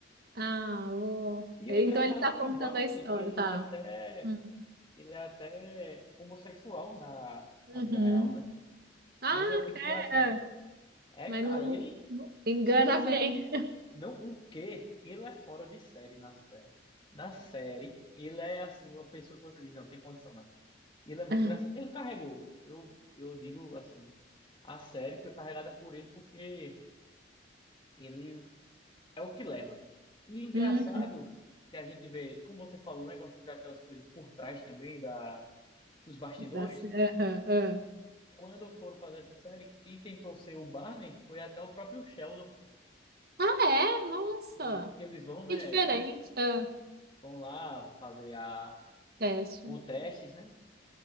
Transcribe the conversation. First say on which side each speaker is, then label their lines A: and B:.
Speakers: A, on the right; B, on the left.
A: Ah, vou.
B: E
A: Então
B: o engraçado
A: ele tá contando
B: é que o Barney,
A: a história,
B: ele
A: tá?
B: é até,
A: Hum.
B: ele é até homossexual na,
A: Uhum.
B: na vida real, né?
A: Ah,
B: Mas é muito engraçado.
A: é, é.
B: É,
A: mas
B: cara,
A: não, não-
B: ele,
A: não- engana
B: se você,
A: bem.
B: não, o quê? Ele é fora de série na série. Na série, ele é assim, uma pessoa que você diz, não, tem condição, não. Ele é muito
A: <laughs>
B: engraçado. Ele carregou, eu, eu digo assim, a série foi carregada por ele porque ele é o que leva. E engraçado
A: Uhum.
B: que a gente vê, como você falou, né, gosta de ver aquelas coisas por trás também da, dos bastidores.
A: da cer- aham, aham.
B: Quando foram fazer essa série, quem tentou ser o Barney foi até o próprio Sheldon.
A: Ah, é? Nossa!
B: Foi que eles vão, né,
A: Que diferente.
B: tipo,
A: Ah,
B: vão lá fazer a,
A: teste.
B: o testes, né?